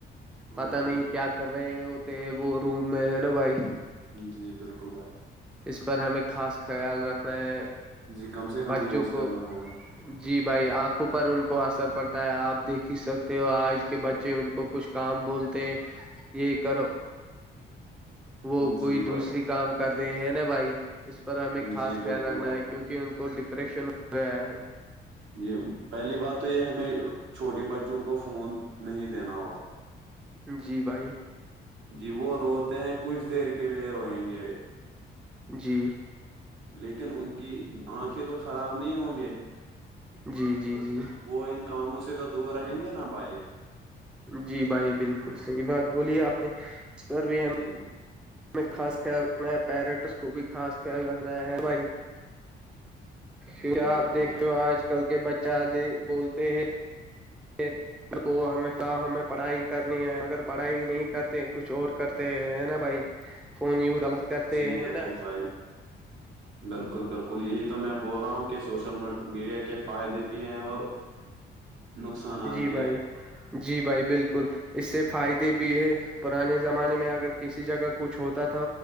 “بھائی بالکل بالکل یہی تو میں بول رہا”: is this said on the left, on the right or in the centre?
Right